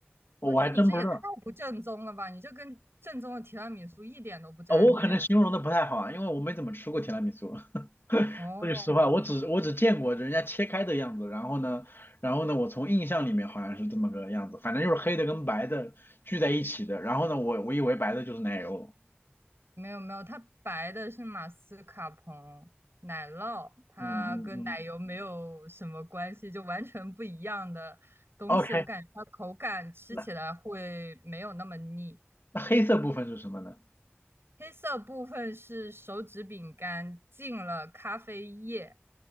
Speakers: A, on the left; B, on the right.
A: 我还真不知道。
B: 哇，那你这也太不正宗了吧？你这跟正宗的提拉米苏一点都不沾边。
A: 哦我可能形容的不太好啊，因为我没怎么吃过提拉米苏。<laughs>
B: 哦，
A: 说句实话，我只我只见过人家切开的样子，然后呢，然后呢，我从印象里面好像是这么个样子，反正就是黑的跟白的聚在一起的。然后呢，我我以为白的就是奶油。
B: 没有没有，它白的是马斯卡彭奶酪，它跟奶油没有什么关系，
A: 嗯嗯嗯
B: 就完全不一样的东西。
A: ，OK，
B: 我感觉它口感吃起来会没有那么腻。
A: 那那黑色部分是什么呢？
B: 黑色部分是手指饼干浸了咖啡液